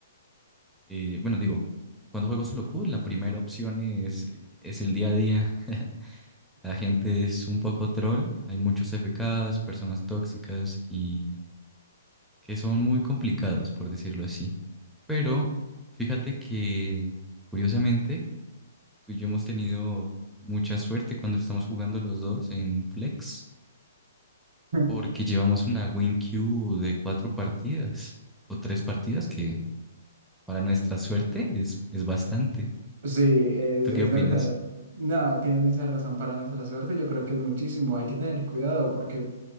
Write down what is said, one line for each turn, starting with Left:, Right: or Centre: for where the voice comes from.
Centre: Eh, bueno, digo, cuando juego solo Q, la primera opción es, es el día a día. <laughs> La gente es un poco troll, hay muchos FKs, personas tóxicas y que son muy complicados, por decirlo así. Pero fíjate que, curiosamente, tú y yo hemos tenido mucha suerte cuando estamos jugando los dos en Flex,
Right: <laughs>
Centre: porque llevamos una win queue de cuatro partidas o tres partidas, que para nuestra suerte es, es bastante.
Right: Sí, es,
Centre: ¿Tú
Right: es
Centre: qué Sí. opinas?
Right: verdad. No, tienes mucha razón para nuestra suerte. Yo creo que es muchísimo. Hay que tener cuidado porque